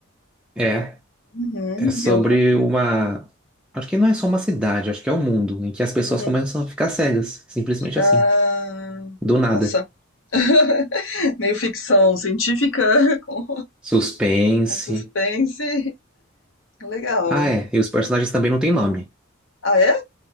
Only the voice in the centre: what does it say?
É.
É sobre
uma. Acho que não é só uma cidade, acho que é o mundo, em que as pessoas
começam a ficar cegas, simplesmente
assim, do nada.
Suspense.
Ah, é, e os personagens também não têm nome.